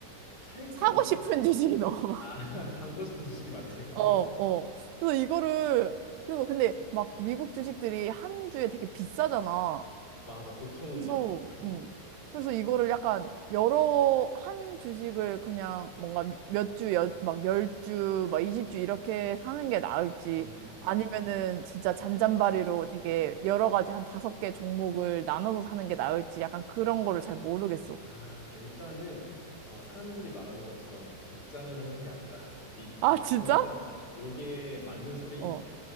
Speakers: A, on the left; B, on the right.
A: 살게
B: 사고
A: 만드는데
B: 싶은 <laughs> 주식이 너무 많아.
A: 아 <laughs> 담고 싶은 주식이 많다고
B: <laughs> 어,
A: <laughs>
B: 어. 그래서 이거를, 그리고 근데 막 미국 주식들이 한 주에 되게 비싸잖아.
A: 맞아 보통은
B: 그래서,
A: 많이 비싸지
B: 음. 그래서 이거를 약간 여러 한 주식을 그냥 뭔가 몇 주, 여, 막 열 주막 20주 이렇게 사는 게 나을지
A: 음음음
B: 아니면은 진짜 잔잔바리로 되게 여러 가지 한 다섯 개 종목을 나눠서 사는 게 나을지 약간 그런 거를 잘 모르겠어.
A: 아 일단은 어 사람들이 말하는 것처럼 국장은 하는 게 아니다 <laughs> 미
B: 아,
A: 미장
B: 진짜?
A: 해야 된다 요게 맞는 소리인
B: 어,
A: 게